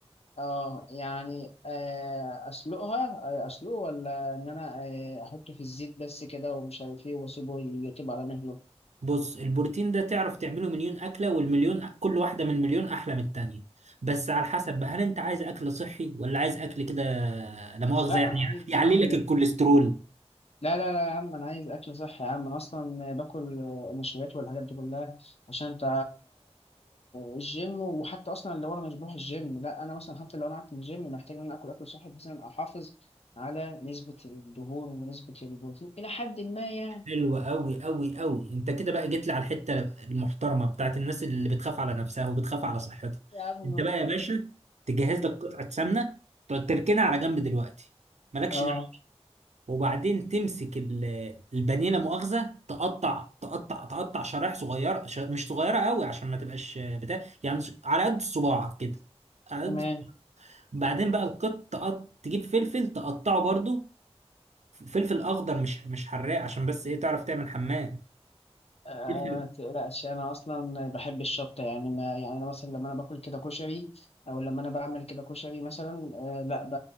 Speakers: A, on the left; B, on the right.
A: آه، يعني آه اسلقها آه، اسلقه ولا ان انا آه احطه في الزيت بس كده ومش عارف ايه واسيبه يطيب على مهله
B: بص البروتين ده تعرف تعمله مليون أكلة والمليون كل واحدة من مليون أحلى من التانية بس على حسب بقى هل أنت عايز أكل صحي ولا عايز أكل كده لا مؤاخذة
A: لا
B: يعني
A: انا عايز
B: يعلي
A: يا عم
B: لك الكوليسترول
A: لا لا لا يا عم انا عايز اكل صحي يا عم انا اصلا باكل نشويات والحاجات دي كلها عشان انت الجيم وحتى اصلا لو انا مش بروح الجيم لا انا مثلا حتى لو انا قعدت من الجيم محتاج ان انا اكل اكل صحي بحيث ان أنا احافظ على نسبة الدهون ونسبة البروتين الى حد ما يعني
B: حلو أوي أوي أوي أنت كده بقى جيت لي على الحتة المحترمة بتاعت الناس اللي بتخاف على نفسها وبتخاف على صحتها
A: يا عم
B: أنت بقى يا باشا تجهز لك قطعة سمنة تقعد تركنها على جنب دلوقتي مالكش
A: اه
B: وبعدين تمسك ال- البانيه لا مؤاخذه تقطع تقطع تقطع شرايح صغيره ش- مش صغيره قوي عشان ما تبقاش بتاع يعني ش- على قد صباعك كده على قد
A: تمام
B: صباعك. بعدين بقى القط تقط... تجيب فلفل تقطعه برضو ف- فلفل اخضر مش مش حراق عشان بس ايه تعرف تعمل حمام
A: آه،
B: فلفل
A: ما تقلقش انا اصلا بحب الشطه يعني ما يعني انا مثلا لما انا باكل كده كشري او لما انا بعمل كده كشري مثلا آه لا ب...